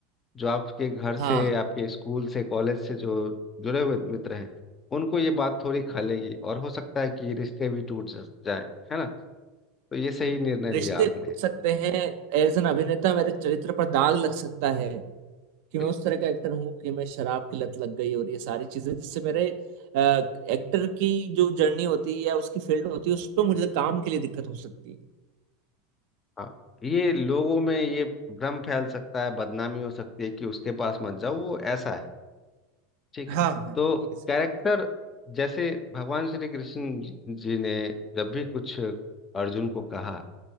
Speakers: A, on the left; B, on the right.
A: जो आपके घर
B: हाँ
A: से आपके स्कूल से कॉलेज से जो जुड़े हुए मित्र हैं उनको ये बात थोड़ी खलेगी और हो सकता है कि रिश्ते भी टूट जा- जाए है ना तो ये सही निर्णय
B: रिश्ते
A: लिया आपने
B: टूट सकते हैं एज एन अभिनेता मेरे चरित्र पर दाग लग सकता है कि
A: बिल्कुल।
B: मैं उस तरह का एक्टर हूँ कि मैं शराब की लत लग गई और ये सारी चीजें जिससे मेरे अ, एक्टर की जो जर्नी होती है या उसकी फील्ड होती है उस पर मुझे काम के लिए दिक्कत हो सकती है
A: हाँ, ये लोगों में ये भ्रम फैल सकता है बदनामी हो सकती है कि उसके पास मत जाओ वो ऐसा है ठीक
B: हाँ
A: है
B: हाँ
A: तो
B: ये सही
A: कैरेक्टर
B: बात
A: जैसे भगवान श्री कृष्ण जी जी ने जब भी कुछ अर्जुन को कहा